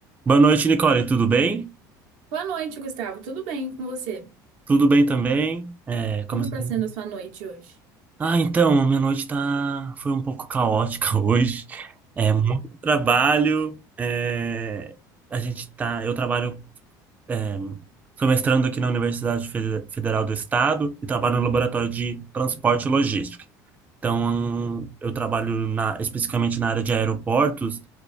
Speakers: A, on the right; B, on the right.
A: Boa noite, Nicole. Tudo bem?
B: Boa noite, Gustavo. Tudo bem com você?
A: Tudo bem também. É, começando-
B: Como está sendo a sua noite hoje?
A: Ah, então, a minha noite tá... foi um pouco caótica <laughs> hoje. É muito trabalho. é, A gente tá... Eu trabalho... é, Sou mestrando aqui na Universidade Fe- Federal do Estado e trabalho no laboratório de transporte e logística. Então, eu trabalho na... especificamente na área de aeroportos